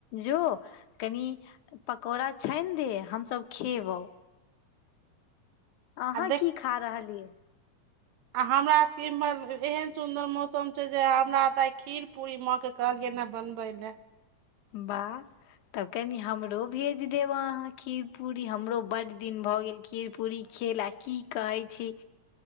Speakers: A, on the left (about 75°); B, on the right (about 70°).
A: जो कनि पकौड़ा छानि दे हमसभ खेबौ अहाँ
B: आ
A: की खा रहलियै
B: आ हमरा सके इम्हर एहेन सुंदर मौसम छै जे हमरा तऽ आइ खीर पूरी माँ के कहलियैन हें बनबैला
A: बाह तब कनी हमरो भेज देब अहाँ खीर पूरी हमरो बड्ड दिन भऽ गेल खीर पूरी खेला की कहै छी